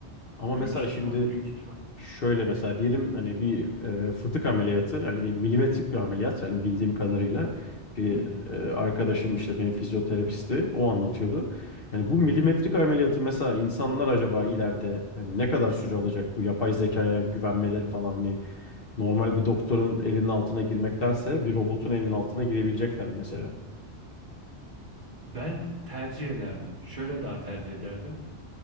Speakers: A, on the left (about 55°); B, on the right (about 45°).
A: Ama
B: Büyük
A: mesela
B: ihtimal,
A: şimdi
B: büyük ihtimal.
A: şöyle mesela diyelim hani bir e, fıtık ameliyatı hani milimetrik bir ameliyat yani bildiğim kadarıyla bir
B: Hı hı.
A: e, arkadaşım işte benim fizyoterapisti o anlatıyordu. Yani bu milimetrik ameliyatı mesela insanlar acaba ileride yani ne kadar süre alacak bu yapay zekaya güvenmeleri falan hani normal bir doktorun elinin altına girmektense bir robotun elinin altına girebilecekler mesela.
B: Ben tercih ederdim. Şöyle daha tercih ederdim.